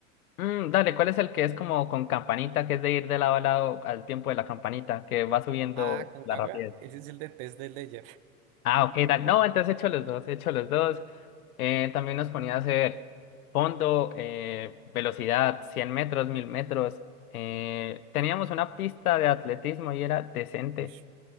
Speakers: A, on the left; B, on the right.
A: Mm, dale, ¿cuál es el que es como con campanita, que es de ir de lado a lado al tiempo de la campanita, que va subiendo
B: Ah, como
A: la
B: una
A: rapidez?
B: wea. Ese es el de test del Ledger.
A: Ah, ok, dale. No, entonces he hecho los dos, he hecho los dos. Eh, también nos ponía a hacer fondo, eh, velocidad, 100 metros, 1000 metros. Eh, teníamos una pista de atletismo y era decente.
B: Uy,